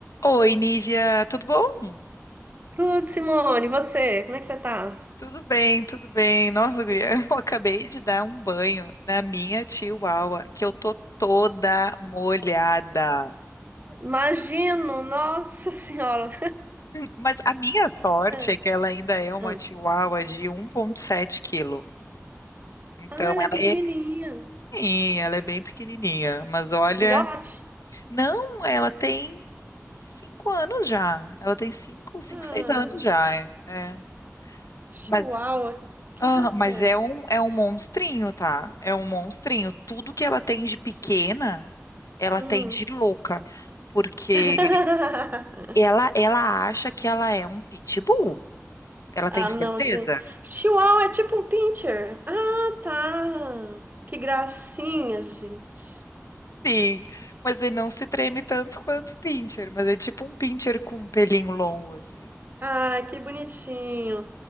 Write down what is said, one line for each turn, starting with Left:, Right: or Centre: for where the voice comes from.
Left: Oi, Nívia, tudo bom?
Right: Tudo, Simone, e você? Como é que você tá?
Left: Tudo bem, tudo bem. Nossa, guria, <laughs> eu acabei de dar um banho na minha chihuahua, que eu tô toda molhada.
Right: Imagino, nossa senhora.
Left: Mas a minha sorte
Right: Ah,
Left: é que ela ainda é uma
Right: ah.
Left: chihuahua de 1,7 quilo. Então,
Right: Ah, ela
Left: ela
Right: é pequenininha.
Left: é pequenininha, ela é bem pequenininha. Mas olha,
Right: É filhote?
Left: não, ela tem cinco anos já. Ela tem cinco, cinco,
Right: Ah,
Left: seis anos já, é. é.
Right: chihuahua.
Left: Mas
Right: Que
Left: Aham,
Right: raça
Left: mas
Right: é essa?
Left: é um, é um monstrinho, tá? É um monstrinho. Tudo que ela tem de pequena, ela
Right: Hum.
Left: tem de louca, porque
Right: <laughs>
Left: ela ela acha que ela é um pitbull. Ela
Right: Ah,
Left: tem certeza?
Right: não, gente. Chihuahua é tipo um pincher. Ah, tá. Que gracinha, gente.
Left: Sim, mas ele não se treme tanto quanto pincher, mas é tipo um pincher com um pelinho longo assim.
Right: Ah, que bonitinho.